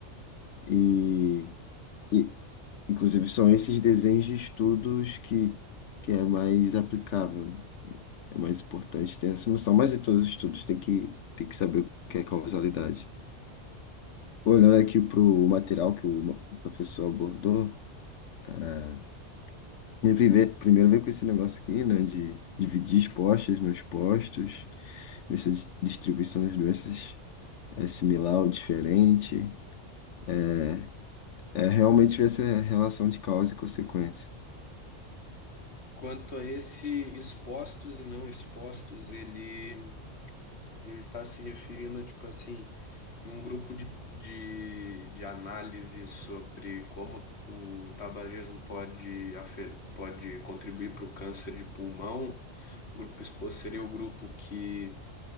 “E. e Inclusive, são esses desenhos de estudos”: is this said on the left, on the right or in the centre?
Left